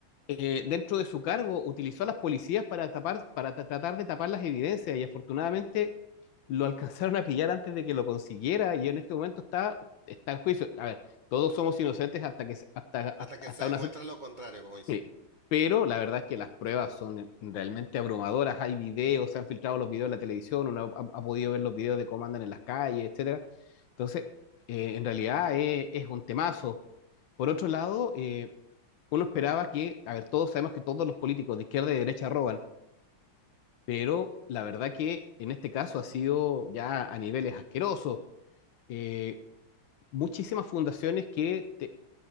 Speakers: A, on the left; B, on the right.
A: eh, dentro de su cargo utilizó a las policías para tapar, para tra- tratar de tapar las evidencias y afortunadamente lo alcanzaron a pillar antes de que lo consiguiera y en este momento está, está en juicio. A ver, todos somos inocentes hasta, que, se- hasta, hasta,
B: Hasta que
A: hasta
B: se demuestre
A: una...
B: lo contrario, como dice.
A: Sí, pero la verdad es que las pruebas son realmente abrumadoras. Hay videos, se han filtrado los videos en la televisión, uno ha, ha podido ver los videos de cómo andan en las calles, etcétera. Entonces, eh, en realidad eh, es un temazo. Por otro lado, eh, uno esperaba que, a ver, todos sabemos que todos los políticos de izquierda y de derecha roban, pero la verdad que en este caso ha sido ya a niveles asquerosos eh, muchísimas fundaciones que, te-